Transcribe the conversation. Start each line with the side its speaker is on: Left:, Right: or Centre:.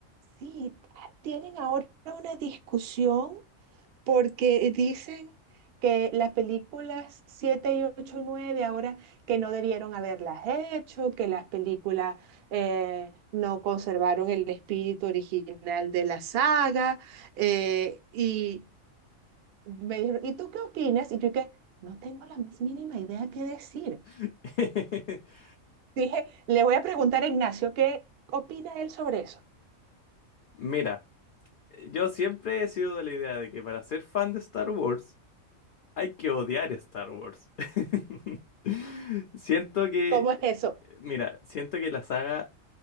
Right: sí, tienen ahora una discusión porque dicen que las películas 7 y 8 y 9 ahora que no debieron haberlas hecho, que las películas eh, no conservaron el espíritu original de la saga. eh, y me dijeron, ¿y tú qué opinas? Y yo que no tengo la más mínima idea qué decir.
Left: <laughs>
Right: Dije, le voy a preguntar a Ignacio qué opina él sobre eso.
Left: Mira, yo siempre he sido de la idea de que para ser fan de Star Wars hay que odiar Star Wars. <laughs> Siento que,
Right: ¿Cómo es eso?
Left: mira, siento que la saga